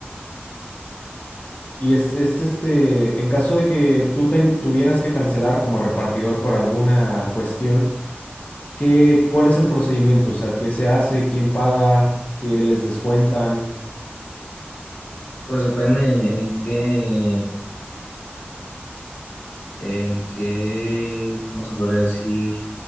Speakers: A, on the left (about 40°); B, on the left (about 75°).
A: Y es, es este, en caso de que tú ten- tuvieras que cancelar como repartidor por alguna cuestión. ¿Qué, cuál es el procedimiento? O sea, ¿qué se hace? ¿Quién paga? ¿Qué les descuentan?
B: Pues depende en qué, en qué, ¿cómo se podría decir?